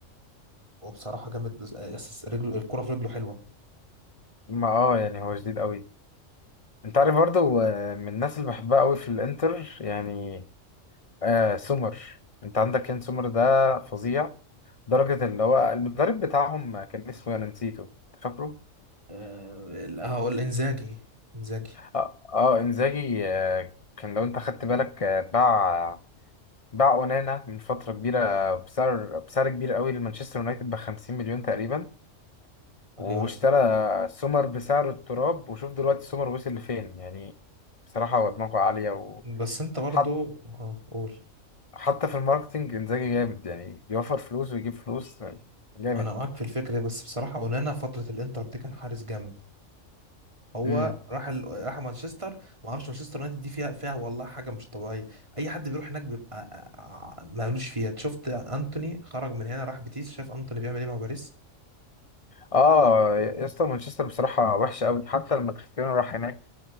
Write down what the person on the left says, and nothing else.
ما اه يعني هو جديد قوي انت عارف برضه آه، من الناس اللي بحبها قوي في الانتر يعني آه سومر انت عندك كان سومر ده فظيع درجة اللي هو المدرب بتاعهم كان اسمه انا نسيته فاكره
اه, آه انزاجي آه كان لو انت خدت بالك آه، باع باع اونانا من فتره كبيره بسعر بسعر كبير قوي لمانشستر يونايتد ب 50 مليون تقريبا واشترى
سومر بسعر التراب وشوف دلوقتي سومر وصل لفين يعني بصراحه هو دماغه عاليه و
حط
حتى في الماركتنج انزاجي جامد يعني بيوفر فلوس ويجيب فلوس يعني جامد
امم
اه يا اسطى مانشستر بصراحه وحشه قوي حتى لما كريستيانو راح هناك